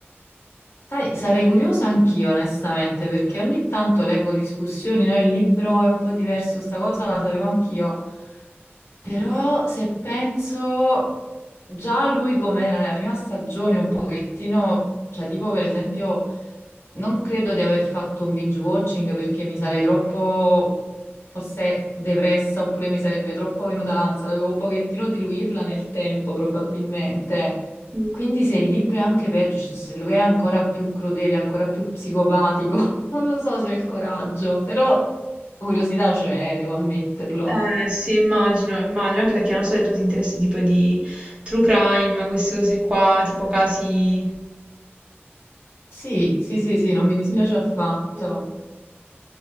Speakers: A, on the left; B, on the right.
A: Sai, sarei curiosa anch'io, onestamente, perché ogni tanto leggo discussioni, no? Il libro è un po' diverso, sta cosa la sapevo anch'io, Però se penso già lui com'era nella prima stagione un pochettino, cioè tipo per esempio non credo di aver fatto un binge watching perché mi sarei troppo forse depressa oppure mi sarebbe troppo venuta l'ansia, dovevo un pochettino diluirla nel tempo probabilmente.
B: Mm.
A: Quindi se il libro è anche peggio, cioè se lui è ancora più crudele, ancora più psicopatico, <laughs> non lo so se ho il coraggio, però curiosità c'è, eh, devo ammetterlo.
B: Eh sì, immagino, immagino, anche perché non so se tu ti interessi tipo di true crime, queste cose qua, tipo casi...
A: Sì, sì, sì, sì, non mi dispiace
B: Mm.
A: affatto.
B: Mm.